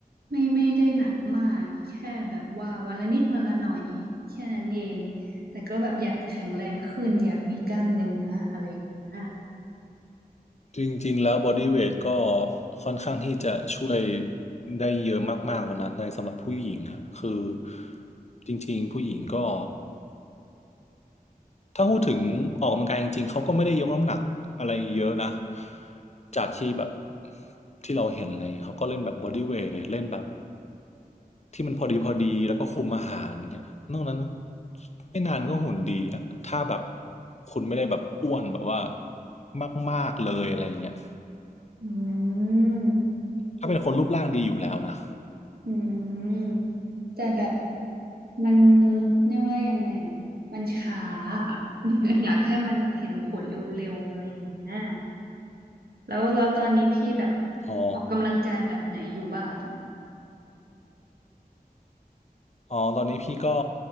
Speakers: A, on the right; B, on the left.
A: ไม่ไม่ได้หนักมากแค่แบบว่าวันละนิดวันละหน่อยแค่นั้นเองแต่ก็แบบอยากแข็งแรงขึ้นอยากมีกล้ามเนื้ออะไรอย่างเงี้ย
B: จริงๆแล้วบอดี้เวทก็ค่อนข้างที่จะช่วยได้เยอะมากๆแล้วนะในสำหรับผู้หญิงครับคือจริงๆผู้หญิงก็ถ้าพูดถึงออกกำลังกายจริงๆเขาก็ไม่ได้ยกน้ำหนักอะไรเยอะนะจากที่แบบที่เราเห็นเลยเขาก็เล่นแบบบอดี้เวทเล่นแบบที่มันพอดีพอดีแล้วก็คุมอาหารเงี้ยนอกนั้นไม่นานก็หุ่นดีอะถ้าแบบคุณไม่ได้แบบอ้วนแบบว่ามากๆเลยอะไรเงี้ย
A: อืม
B: ถ้าเป็นคนรูปร่างดีอยู่แล้วนะ
A: อืมแต่แบบมันเรียกว่ายังไงอ่ะมันช้าอะ <laughs> อยากให้มันแบบเห็นผลเร็วๆอะไรอย่างเงี้ย แล้วแล้วตอนนี้พี่แบบ
B: อ๋อ
A: ออกกำลังกายแบบไหนอยู่บ้าง
B: อ๋อตอนนี้พี่ก็